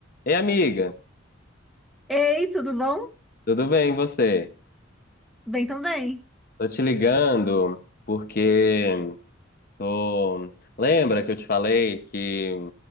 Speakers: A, on the left; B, in the centre.
A: Ei, amiga,
B: Ei, tudo bom?
A: tudo bem e você?
B: Bem também.
A: Tô te ligando porque tô. Lembra que eu te falei que